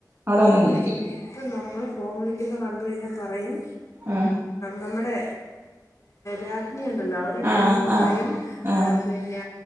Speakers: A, on the right (about 35°); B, on the left (about 50°).
A: അവിടെ വന്നങ്ങിരിക്കും
B: എല്ല ഈ ഇപ്പം നമ്മൾ ഫോം വിളിക്കുന്ന കണ്ട കഴിഞ്ഞാൽ പറയും.
A: ആ
B: നമ്മുടെ രാജ്ഞി ഉണ്ടല്ലോ.
A: ആ
B: കാണുമ്പോൾ പറയും.
A: ആ ആ ആ
B: പിന്നെ